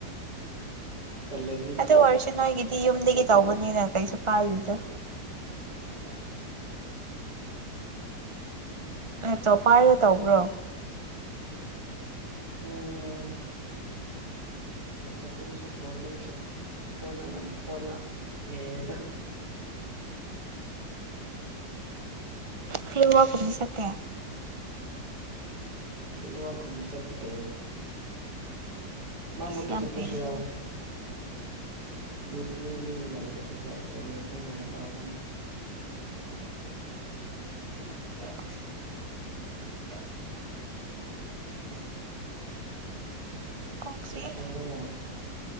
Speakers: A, on the right (about 70°); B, on the right (about 25°).
A: ꯇꯂꯦ
B: ꯑꯗꯨ ꯑꯣꯏꯔꯁꯨ ꯅꯣꯏꯒꯤꯗꯤ ꯌꯨꯝꯗꯒꯤ ꯇꯧꯕꯅꯤꯅ ꯀꯩꯁꯨ ꯀꯥꯏꯔꯤꯗ
A: ꯍꯣꯏ
B: ꯑꯦ ꯇꯣꯞ ꯄꯥꯏꯔꯒ ꯇꯧꯕ꯭ꯔꯣ
A: ꯎꯝ ꯂꯦꯞꯇꯣꯞꯇꯒꯤꯁꯨ ꯐꯣꯟꯗꯒꯤꯁꯨ ꯐꯣꯟꯅꯅꯝ ꯐꯣꯟꯅ ꯃꯦꯜꯂꯦꯗ
B: ꯐ ꯋꯥ ꯈꯨꯨꯝꯅꯤ ꯆꯠꯇꯦ
A: ꯁꯤꯜꯋꯥꯛ ꯀꯨꯝꯕ ꯆꯠꯇꯦ ꯃꯥꯃꯛꯇ
B: ꯏꯁ ꯌꯥꯝ
A: ꯆꯠꯄꯁꯨ
B: ꯐꯩꯅꯦ
A: ꯌꯥꯎꯋꯦ ꯃꯤ ꯃꯤ ꯃꯤ ꯎꯅꯕ ꯆꯠꯄꯁꯨ ꯌꯧꯋꯦ ꯑꯩꯈꯣꯏ ꯃꯤꯇꯤꯡꯒꯨꯝꯕ ꯇꯧꯔꯀꯥꯟꯗ
B: <inaudible> ꯀꯣꯛ
A: ꯀꯩ
B: ꯆꯤꯛꯑꯦ
A: ꯊꯣꯡꯗꯣꯏꯅꯣ